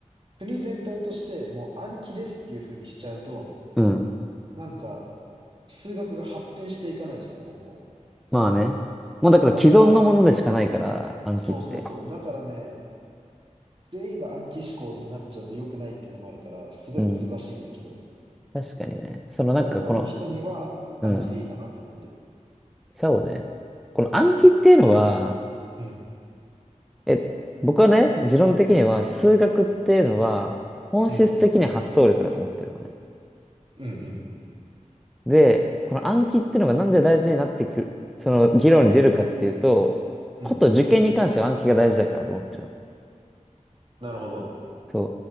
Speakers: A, on the right; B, in the centre.
A: 国全体としてもう暗記ですっていう風にしちゃうと、
B: うん。
A: なんか数学が発展していかないじゃん、今後。
B: まあね。もうだから既存のものでしかないから、
A: だから、
B: 暗記って。
A: そうそうそう。だからね、全員が暗記思考になっちゃうと良くないっていうのもあるから、すごい難しいんだけど、
B: うん。確かにね。そのなんかこの、
A: 大半の人には暗記でいいかなと思ってる。
B: うん。そうね。この暗記っていうのは、
A: うん、
B: え、僕はね、持論的には数学っていうのは本質的に発想力だと思ってるのね。
A: うん、うん、うん、
B: で、この暗記っていうのがなんで大事になってくる、その議論に出るかっていうと、
A: うん。
B: こと受験に関しては暗記が大事だからと思ってるの。
A: なるほど。
B: そ